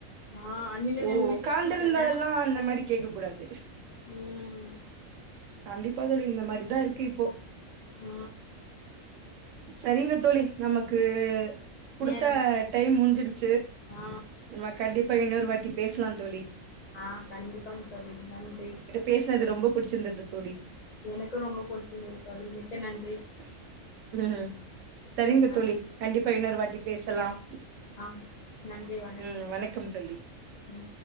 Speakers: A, on the left; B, on the right.
A: ஆ அன்னிலருந்து
B: ஓ
A: எங்க வீட்டுக்கு
B: ஓக்காந்திருந்தெல்லா
A: பீட்சா வேணு
B: அந்த மாரி கேட்க கூடாது
A: ம்
B: கண்டிப்பா தோழி இந்த மாரிதா இருக்கு இப்போ
A: ஆ
B: சேரிங்க தோழி நமக்கு குடுத்த
A: நேரம்
B: டைம் முடிஞ்சிடுச்சு
A: ஆ
B: ஆ கண்டிப்பா இன்னொரு வாட்டி பேசலா தோழி
A: ஆ கண்டிப்பாங்க தோழி நன்றி
B: பேசினது ரொம்ப புடிச்சிருந்துது தோழி
A: எனக்கு ரொம்போ பிடிச்சிருந்துது தோழி மிக்க நன்றி
B: உம் சரிங்க
A: ஆ
B: தோழி கண்டிப்பா இன்னோரு வாட்டி பேசலாம்
A: ஆம் நன்றி வணக்
B: ம் வணக்கம் தோழி
A: உம்